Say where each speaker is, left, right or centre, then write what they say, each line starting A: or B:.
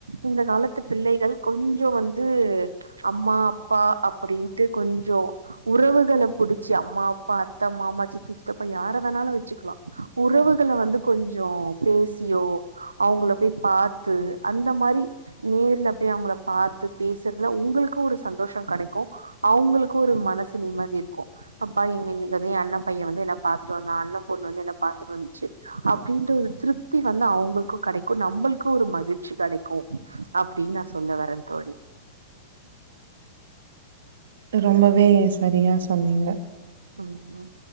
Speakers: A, on the right; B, on the right.
A: இந்த காலத்து பிள்ளைகள் கொஞ்சோ வந்து அம்மா அப்பா அப்படின்ட்டு கொஞ்சோ உறவுகள புடிச்சு அம்மா அப்பா அத்தை மாமா சித்தி நித்தப்ப யார வேணாலும் வச்சுக்கலாம் உறவுகளை வந்து கொஞ்சோ பேசியோ அவங்கள போய் பாத்து அந்த மாறி நேர்ல போய் அவங்கள பாத்து பேசுறதுல உங்களுக்கும் ஒரு சந்தோஷம் கிடைக்கு அவங்களுக்கு ஒரு மனசு நிம்மதி இருக்கும் அப்பா எங்க இன்னைக்கு வந்து என் அண்ணன் பையன் வந்து என்ன பாத்துட்டு வந்தா அண்ணன் பொண்ணு வந்து என்ன பாத்துட்டு வந்துச்சு அப்படின்ற ஒரு திருப்தி வந்து அவங்களுக்கும் கிடைக்கும் நம்மளுக்கும் ஒரு மகிழ்ச்சி கிடைக்கும் அப்டின்னு நான் சொல்ல வரேன் தோழி
B: ரொம்பவே சரியா சொன்னீங்க
A: ஆமா